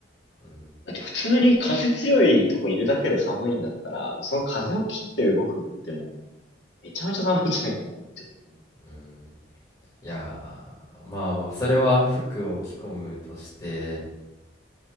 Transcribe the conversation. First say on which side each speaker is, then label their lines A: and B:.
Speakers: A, on the left (about 25°); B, on the left (about 70°).
A: うん、
B: だって普通に風強いとこいるだけで寒いんだったら、もうその風を切って動くってもう、めちゃめちゃ寒いんじゃないかと思っちゃう。
A: うん。いやー、まあまあ、それは服を着込むとして、